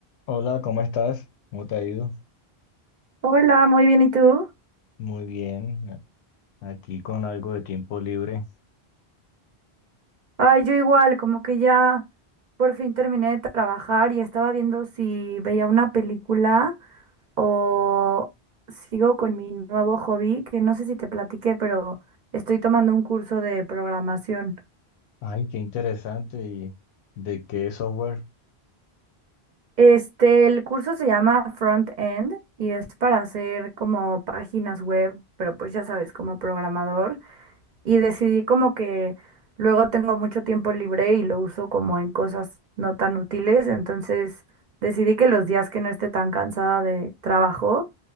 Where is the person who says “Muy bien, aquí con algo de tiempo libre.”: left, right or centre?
Left